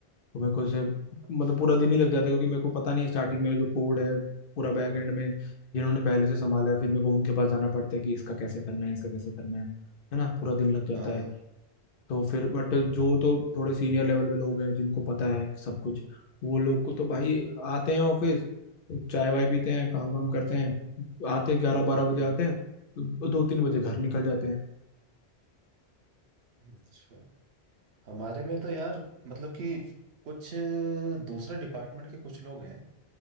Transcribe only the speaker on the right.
अच्छा
हाँ हाँ
हम्म
अच्छा हमारे में तो यार मतलब कि कुछ दूसरे डिपार्टमेंट के कुछ लोग हैं